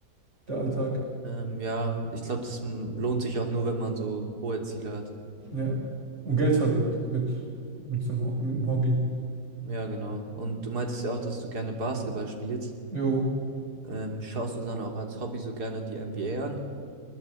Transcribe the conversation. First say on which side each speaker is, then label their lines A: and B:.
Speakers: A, on the right (about 40°); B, on the right (about 65°).
A: der Alltag.
B: Ähm, ja, ich glaube, das m, lohnt sich auch nur, wenn man so hohe Ziele hat.
A: Ja. Und Geld verdient mit, mit dem, Ho- mit dem Hobby.
B: Ja, genau. Und du meintest ja auch, dass du gerne Basketball spielst.
A: Jo.
B: Ähm, schaust du dann auch als Hobby so gerne die NBA an?